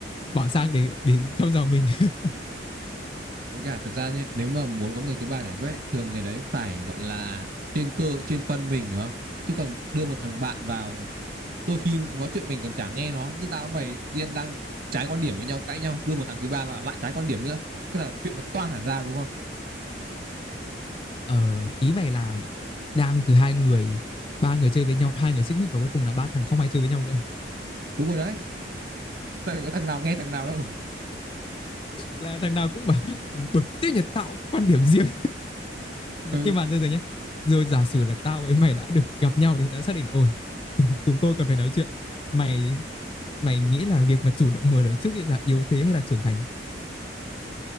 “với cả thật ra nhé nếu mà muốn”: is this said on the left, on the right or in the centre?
Right